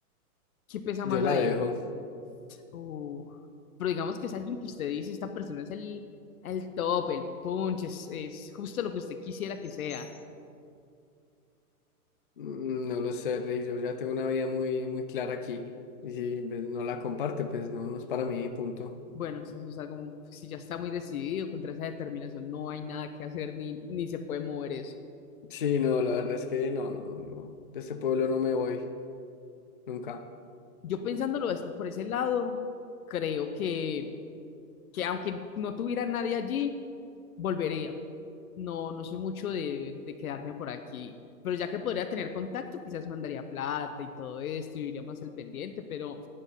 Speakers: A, on the left; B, on the left.
A: ¿Qué pesa
B: yo
A: más
B: la
A: ahí?
B: dejo.
A: Uh, pero digamos que es alguien que usted dice, esta persona es el, el top, el punch, es, es justo lo que usted quisiera que sea.
B: Mm, No lo sé, Rick, yo ya tengo una vida muy, muy clara aquí. Y si pues, no la comparte, pues no, no es para mí, punto.
A: Bueno, si eso está como, si ya está muy decidido contra esa determinación, no hay nada que hacer ni, ni se puede mover eso.
B: Sí, no, la verdad es que no, no, yo de este pueblo no me voy, nunca.
A: Yo pensándolo es- por ese lado, creo que, que aunque no tuviera nadie allí, volvería. No, no soy mucho de, de quedarme por aquí, pero ya que podría tener contacto, quizás mandaría plata y todo esto y iría más al pendiente, pero,